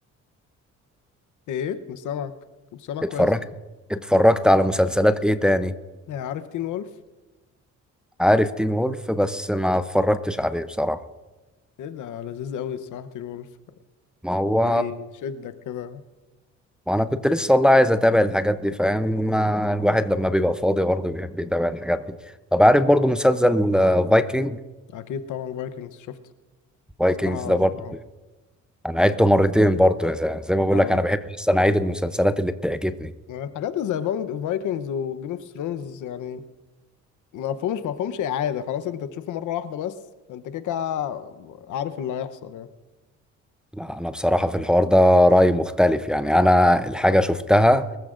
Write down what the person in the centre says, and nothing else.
اتفرجت
اتفرجت على مسلسلات ايه تاني
عارف تين وولف بس ما اتفرجتش عليه بصراحه
ما هو
ما انا كنت لسه والله عايز اتابع الحاجات دي فاهم ما الواحد لما بيبقى فاضي برضه بيحب يتابع الحاجات دي طب عارف برضه مسلسل فايكنج
فايكنجز
ده برضه انا عدته مرتين برضه يا زلمه زي ما بقول
لك انا بحب اصلا اعيد المسلسلات اللي بتعجبني
لا انا بصراحه في الحوار ده رايي مختلف يعني انا الحاجه شفتها